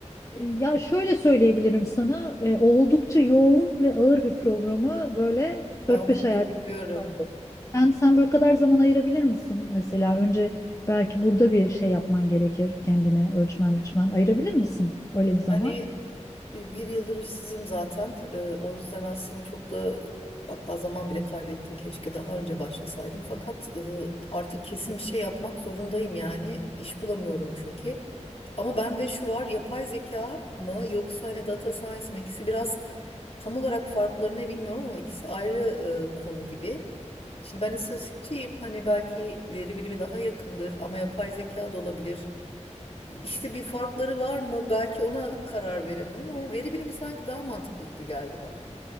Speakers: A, on the left; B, on the left.
A: E, Ya şöyle söyleyebilirim sana, e, oldukça yoğun ve ağır bir programı böyle
B: Tahmin
A: dört beş
B: edebiliyorum.
A: ay ayırdık. Sen sen böyle kadar zaman ayırabilir misin? Mesela önce belki burada bir şey yapman gerekir kendine, ölçmen biçmen ayırabilir misin öyle bir zaman?
B: Yani E, Bir yıldır işsizim zaten. E, O yüzden aslında çok da hatta zaman bile kaybettim. Keşke daha önce başlasaydım. Fakat e, artık kesin bir şey yapmak zorundayım yani. İş bulamıyorum çünkü. Ama bende şu var yapay zeka mı yoksa hani data science mi? İkisi biraz tam olarak farklarını bilmiyorum ama ikisi ayrı e, konu gibi. Şimdi ben istatistikçiyim. Hani belki veri bilimi daha yakındır ama yapay zeka da olabilir. İşte bir farkları var mı? Belki ona karar veremem ama veri bilimi sanki daha mantıklı gibi geldi bana.